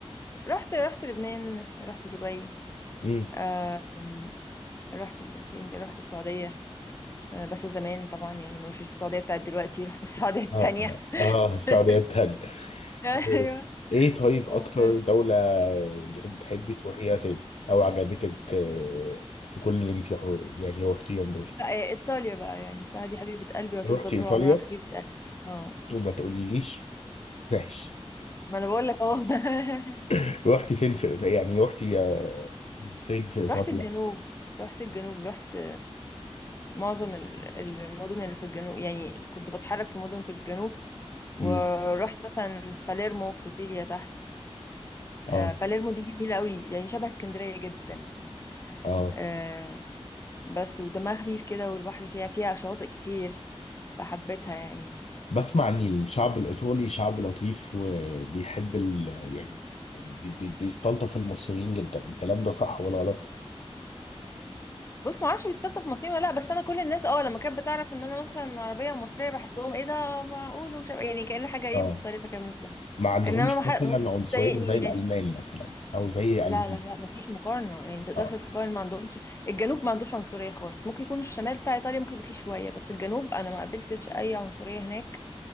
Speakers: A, on the left; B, on the left.
A: رحت رحت لبنان رحت دبي
B: امم
A: آم، رحت في- فين تاني؟ رحت السعودية آه، بس زمان طبعا يعني مش السعودية بتاعت دلوقتي رحت السعودية التانية
B: اه اه اه السعوديه
A: <laughs>
B: التانية
A: ايوه
B: ايه إيه طيب
A: و-
B: اكتر دوله يعني بتحبي تروحيها تاني او عجبتك آه، في كل اللي انت يعني رحتيهم دول
A: لا، آه، ايطاليا بقى يعني بصراحة دي حبيبة قلبي وهتفضل
B: رحتي
A: طول
B: ايطاليا
A: عمرها حبيبة قلبي اه
B: وما تقوليليش ماشي
A: ما انا بقول لك اهو <laughs>
B: <laughs> رحتي فين في إيط- يعني رحتي آه، فين في ايطاليا
A: رحت الجنوب رحت الجنوب رحت معظم ال- المدن اللي في الجنوب يعني كنت بتحرك في مدن في الجنوب ورحت
B: مم.
A: مثلا باليرمو في سيسيليا تحت
B: اه
A: آه، باليرمو دي جميلة قوي يعني شبه اسكندرية جدا
B: اه
A: آه، بس ودمها خفيف كده والبحر فيها فيها شواطئ كتير فحبيتها يعني
B: بسمع ان الشعب الايطالي شعب لطيف وبيحب ال يعني يعني بي- بي- بيستلطف المصريين جدا الكلام ده صح ولا غلط؟
A: بص ما اعرفش بيستفتح في مصريين ولا لا بس انا كل الناس اه لما كانت بتعرف ان انا مثلا عربيه ومصريه بحسهم ايه ده معقول ومش عارف- يعني كأن حاجه ايه
B: اه
A: مختلفه كده بالنسبه لي
B: ما عندهمش
A: انما ما حد
B: مثلا
A: ممكن
B: عنصرية
A: تضايقني
B: زي الالمان
A: يعني
B: مثلا او زي
A: لا
B: المانيا
A: لا لا مفيش مقارنة يعني متقدرش
B: اه
A: تقارن ما عندهمش الجنوب ما عندوش عنصرية خالص ممكن يكون الشمال بتاع إيطاليا ممكن يبقى فيه شوية بس الجنوب أنا ما قابلتش أي عنصرية هناك